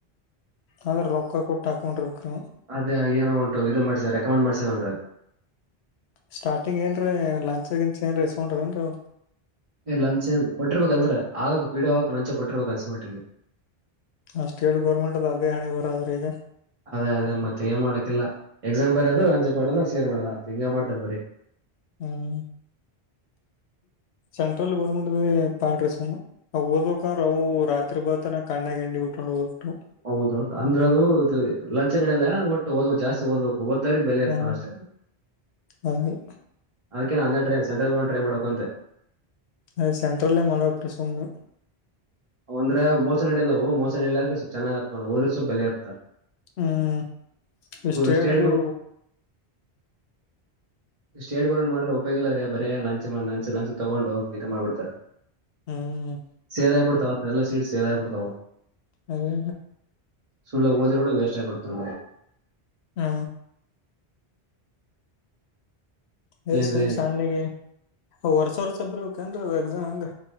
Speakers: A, on the left (about 80°); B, on the right (about 35°).
A: ಆದ್ರೆ ರೊಕ್ಕ ಕೊಟ್ಟು ಹಾಕೊಂಡಿರ್ಬೇಕ್ರ
B: ಅದೇ ಏನೋ ಉಂಟ ಇದು ಮಾಡ್ಸ ರೆಕಮೆಂಡ್ ಮಾಡಸಂಟ
A: ಸ್ಟಾರ್ಟಿಂಗ್ ಏನ ಲಂಚ್ ಗಿಂಚ್ ಏನ್ ರ ಇಸ್ಕೊಂಡ್ರ ಏನ್ರಿ
B: ಏ ಲಂಚ್ ಕೊಟ್ಟಿರ್ಬೇಕಂದ್ರೆ ಆಗಕ್ ಪೀಡಿ ಹೋಗಕ್ ಲಂಚ ಕೊಟ್ಟಿರ್ಬೇಕ ಅನ್ಸಿ ಮಟ್ಟಿಗೆ
A: ಅಷ್ಟೇಿ ಗೋರ್ಮೆಂಟ್ದ್ದಗ್ ಹಿ ಬರ್ರೆ ಈಗ
B: ಅದೇ ಅದೇ ಮತ್ತತ್ ಏನ್ ಮಾಡಕಿಲ್ಲ ಎಕ್ಸಾಮ್ ಬರೋದು ಲಂಚೆ ಕೊಡದ ಸೇರ್ ಮಾಡದತ್ ಹಿಂಗ ಮಾಡ್ತಾರೆ ಬರರಿ
A: ಹ್ಮ ಸೆಂಟ್ರಲ್ ಗರ್ಮೆಂಟ್ ಅ ಪಾಡ್ರ ಸ ಓದಂದ್ರ ಅವು ರಾತ್ರಿ ಬರ್ತನ ಕಣ್ಣಗ್ ಎಂಡಿ ಉಟ್ಕೊಂಡು ಓದ್ ಬಿಿಟ್ಟು
B: ಹೌದೌದು ಅಂದ್ರ ಅದು ಇದು ಲಂಚನಲ್ಲ ಒಟ್ಟು ಓದ್ ಜಾಸ್ತಿ ಓದ್ು ಹದ್ ದಾರಿಗೆ ಬೆಲೆ ಇರ್ತಾನ
A: ಹ್ಮ್
B: ಅಷ್ಟೇ ಅ
A: ಹೌದ್ರಿ
B: ಅದಕ್ಕೆ ನ ಅ ಟ ಸೆಂಟಲ್ ಗೋ ಟ್ರೈ ಮಾಡಬೇಕ ಅಂತೆ
A: ಅ ಸೆಂಟ್ರಲ್ಲೇ ಮಾಡಬೇಕ ರೆ ಸುಮು
B: ಅಂದ್ರ ಮೋಸ ನಡಿಲ್ಲವು ಮೋಸ ನಡಲ್ಲದೆ ಸ್ವ ಚೆಾಗ್ತ ನೋಡ್ೋದ್ರ ಸ್ವಪ್ ಬೆಲೆ ಇತ
A: ಹ್ಮ್ ಎಷ್ಟ
B: ಸ್ಟೇಟ್ಗಳು
A: ಹೇಳ್ದು
B: ಸ್ಟೇಟ್ ಗೋರ್ಟ್ ಮಾಡ್ರೆ ಉಪಯೋಗಿಲ್ಲ ರೀ ಬರೇ ಲಂಚ್ ಲಂಚ್ ಲಂಚ್ ತಗೊಂಡು ಇದ ಮಾಡ್ಬಿಡ್ತಾರ
A: ಹ್ಮ್
B: ಸೇಲಾಯ ಪಡ್ತಾ ತಲ್ಲ ಸೀಟ್ ಸೇಲಾಯ ಪಡ್ತಾವು
A: ಅದೇ
B: ಸಳ್ಳ ಓದರೂಡ ವಸ್ಟಾಯ್ಡ್ತಾ
A: ಹ್ಮ ಏ
B: ಏನ್ರೀ
A: ಸುಮ್ ಸಣ್ಣಿಗೆ ವರ್ಷ ವರ್ಸಬ್ರಿ ಕನ್ ಎಕ್ಸಾಮ್ ಹೆಂಗ